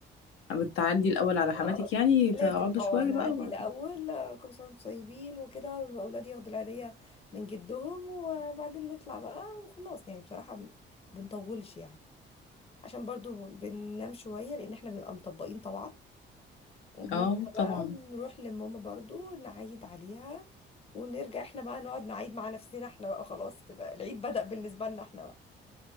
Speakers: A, on the left; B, on the left.
A: بتعدي الاول على حماتك
B: آه،
A: يعني
B: لازم
A: تقعدوا
B: اه
A: شويه
B: نعدي
A: بقى وبعدين
B: الأول آه، كل سنة وانتم طيبين وكده والأولاد ياخدوا العيدية من جدهم وبعدين نطلع بقى وخلاص يعني بصراحة م- بنطولش يعني عشان برضو بننام شوية لأن احنا بنبقى مطبقين طبعا وبنصحى
A: اه طبعا
B: بقى نروح لماما برضو نعيد عليها ونرجع احنا بقى نقعد نعيد مع نفسنا احنا بقى خلاص كده العيد بدأ بالنسبة لنا احنا بقى